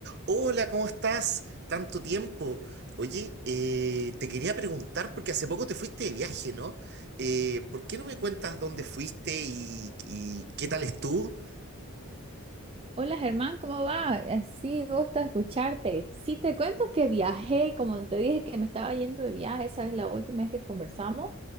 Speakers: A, on the right; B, on the right.
A: Hola, ¿cómo estás? Tanto tiempo. Oye, eh, te quería preguntar, porque hace poco te fuiste de viaje, ¿no? Eh, ¿por qué no me cuentas dónde fuiste y, y qué tal estuvo?
B: Hola Germán, ¿cómo va? Eh, Sí, gusto escucharte. Sí, te cuento que viajé, como te dije que me estaba yendo de viaje, esa es la última vez que conversamos.